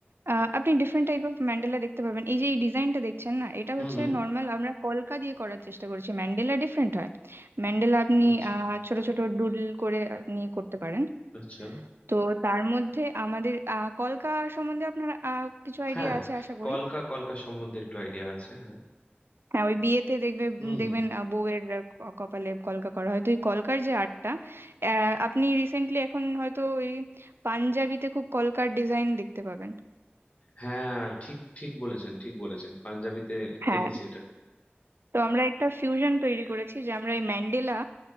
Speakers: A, on the right; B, on the left.
A: আহ, আপনি ডিফারেন্ট টাইপ অফ ম্যান্ডেলা দেখতে পাবেন এই যে এই ডিজাইনটা দেখছেন না এটা
B: হুম
A: হচ্ছে
B: হুম
A: নর্মাল আমরা কলকা দিয়ে করার চেষ্টা করেছি ম্যান্ডেলা ডিফারেন্ট হয় ম্যান্ডেলা আপনি
B: আচ্ছা
A: আহ, ছোট ছোট ডুডল করে আপনি করতে পারেন
B: আচ্ছা
A: তো তার মধ্যে আমাদের আহ, কলকা সম্বন্ধে আপনার আহ, কিছু আইডিয়া
B: হ্যাঁ
A: আছে আশা করি
B: কলকা কলকা সম্বন্ধে একটু আইডিয়া আছে হ্যাঁ
A: হ্যাঁ ওই বিয়েতে দেখবে
B: হুম
A: উম, দেখবেন
B: হুম
A: আহ, বউয়ের আহ, ক- কপালে কলকা করা হয় তো এই কলকার যে আর্টটা আহ, আপনি রিসেন্টলি এখন হয়তো ওই পাঞ্জাবিতে খুব কলকার ডিজাইন দেখতে পাবেন
B: হ্যাঁ ঠিক ঠিক বলেছেন ঠিক বলেছেন পাঞ্জাবিতে
A: হ্যাঁ
B: দেখেছি এটা
A: তো আমরা একটা ফিউশন তৈরি করেছি যে আমরা এই ম্যান্ডেলা